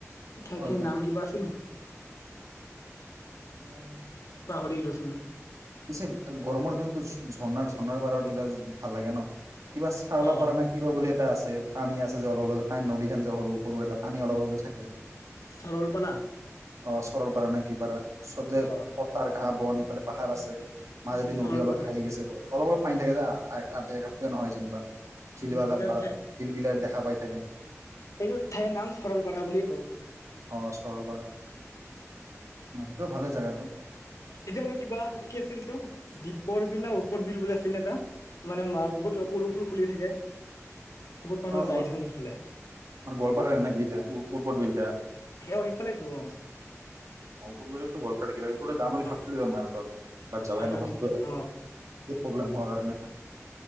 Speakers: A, on the left (about 85°); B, on the right (about 75°).
A: ঠাইখিনিৰ
B: হয় হয়
A: নাম কিবা আছিল।
B: অঁ
A: পাহৰিলো চোন এ।
B: পিছে গৰমৰ দিনটো ঝৰ্ণাৰ- ঝৰ্ণাৰ পাৰত <unintelligible> ভাল লাগে ন। কিবা চাওলা
A: অ
B: পাৰা
A: অ
B: নে কিবা বুলি এটা আছে, পানী আছে যে অলপ- অলপ যে পানী নদী খেন যে সৰু- সৰু এটা পানী অলপ- অলপ যে থাকে।
A: চৰলপাৰা
B: অঁ চৰল পাৰা নে কি পাৰা, চব জে
A: অ
B: পথাৰ ঘাঁ বন ইফালে পাহাৰ আছে <inaudible> মাজেদি
A: উম চৰলপাৰা
B: নদী অলপ ভাঁহি গেছে হয়। অলপ-অলপ পানী থাকে যে, আপে ঘাটে নহয় যেনবা। শিলবালাক
A: উম সিতাৰ
B: পাৰৰ
A: ঠাই
B: শিল গিলা দেখা পাই থাকে।
A: এইটো ঠাইৰ নাম সৰলপাৰা বুলি কয়
B: অ চৰলপাৰা সেইটো ভালে জেগাটো,
A: এতিয়া আৰু কিবা কি আছিল তো দ্বীপৰ বিনা উৎপত বিল বুলি আছিল নে এটা মানে বহুত পদুমফুল ফুলি থাকে। বহুত মানুহ
B: অ অ
A: যায়
B: আমাৰ
A: দেখোন সিফালে
B: গোৱালপাৰা মানে নেকি ই তা ওপৰ বিল এটা
A: হে সেইফালে তো অ
B: অ গল গে <inaudible> যাম বুলি ভাব
A: অ
B: চিলোঁ টো মাৰলাত যাবাই
A: আৰু এটা
B: নহল
A: দ্বীপ
B: কিবা
A: অ
B: প্ৰব্লেম হোৱা কাৰণে